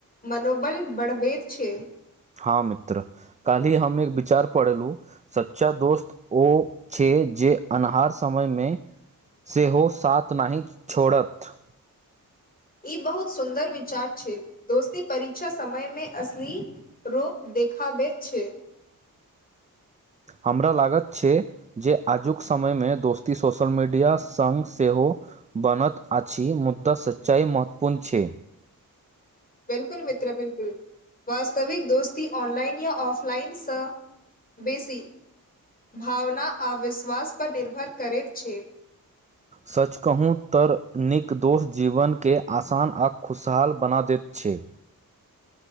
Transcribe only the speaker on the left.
मनोबल बढ़बैत छै। <unintelligible>
ई बहुत सुन्दर विचार छै, दोस्ती परीक्षा समयमे असली रूप देखाबैत छै।
बिल्कुल मित्र बिल्कुल, वास्तविक दोस्ती ऑनलाइन या ऑफलाइनसँ बेसी भावना आ विश्वास पर निर्भर करैत छै।